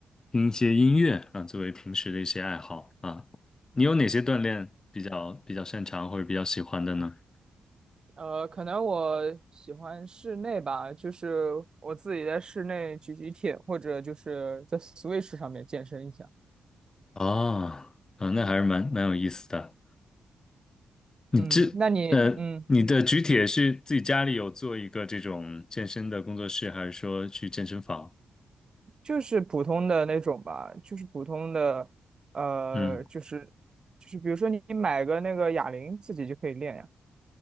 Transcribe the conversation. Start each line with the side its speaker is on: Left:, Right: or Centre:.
Left: 听一些音乐啊，作为平时的一些爱好啊。你有哪些锻炼比较比较擅长或者比较喜欢的呢？
Right: 呃，可能我喜欢室内吧，就是我自己在室内举举铁，或者就是在 Switch 上面健身一下。
Left: 哦，啊，那还是蛮蛮有意思的。你这呃，
Right: 嗯，那你嗯，
Left: 你的举铁是自己家里有做一个这种健身的工作室，还是说去健身房？
Right: 就是普通的那种吧，就是普通的，呃，
Left: 嗯。
Right: 就是就是比如说你买个那个哑铃，自己就可以练呀。